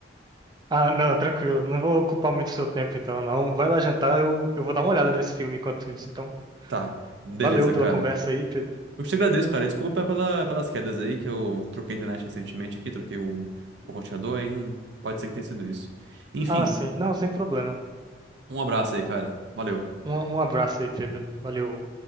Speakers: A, on the right (about 25°); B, on the right (about 75°).
A: ah, não, tranquilo. Não vou ocupar muito seu tempo então, não. Vai lá jantar, eu, eu vou dar uma olhada nesse filme enquanto isso. Então,
B: Tá, beleza,
A: valeu pela
B: cara.
A: conversa aí, Pedro.
B: Eu te agradeço, cara. e Desculpa pela, pelas quedas aí, que eu troquei a internet recentemente aqui, troquei o, o roteador aí. Não, pode ser que tenha sido isso. Enfim,
A: Ah, sim. Não, sem problema.
B: um abraço aí, cara. Valeu.
A: Um, um abraço aí, Pedro. Valeu.